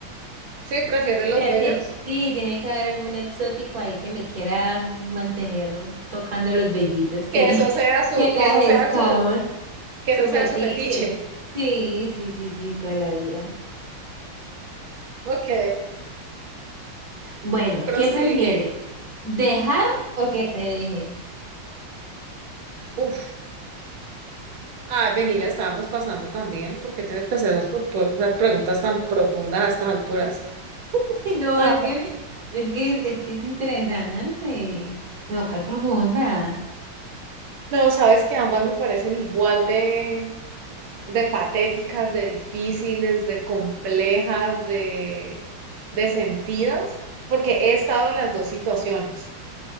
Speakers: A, on the right; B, on the right.
A: sí, prefieres los
B: O sea,
A: vellos,
B: tien- sí, tiene que haber algún exótico ahí que me quiera mantener tocando los vellitos que,
A: que
B: <laughs>
A: eso sea su,
B: que
A: que
B: las
A: eso sea
B: escaman.
A: su, que
B: Su
A: eso sea
B: fetiche.
A: su fetiche.
B: Sí, sí, sí, sí, toda la vida.
A: Ok,
B: Bueno,
A: prosigue.
B: ¿qué prefieres? ¿Dejar o que te dejen?
A: Uf, ah, vení, la estábamos pasando también, porque tienes que hacer esas, pu- pu- esas preguntas tan profundas a estas alturas.
B: <laughs> No,
A: Ah,
B: es que, es que, es que es interesante. No, ¿cuál profunda?
A: no, sabes que ambas me parecen igual de de patéticas, de difíciles, de complejas, de, de sentidas, porque he estado en las dos situaciones